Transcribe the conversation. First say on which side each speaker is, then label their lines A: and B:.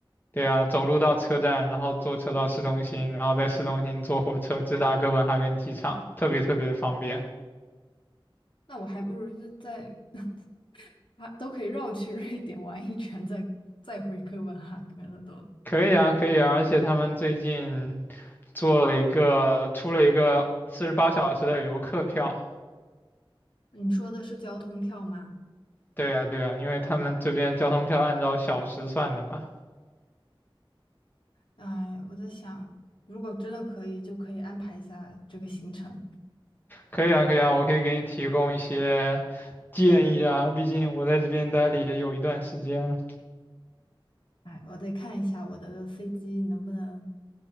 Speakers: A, on the left; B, on the left.
A: 对啊，走路到车站，然后坐车到市中心，然后在市中心坐火车直达哥本哈根机场，特别特别的方便。
B: 那我还不如就在 <laughs> 啊，都可以绕去瑞典玩一圈，再再回哥本哈根了都。
A: 可以啊，可以啊，而且他们最近做了一个，出了一个四十八小时的游客票。
B: 你说的是交通票吗？
A: 对啊，对啊，因为他们这边交通票按照小时算的嘛。
B: 哎，我在想，如果真的可以，就可以安排一下这个行程。
A: 可以啊，可以啊，我可以给你提供一些建议啊，毕竟我在这边待了也有一段时间了。
B: 哎，我得看一下我的飞机能不能，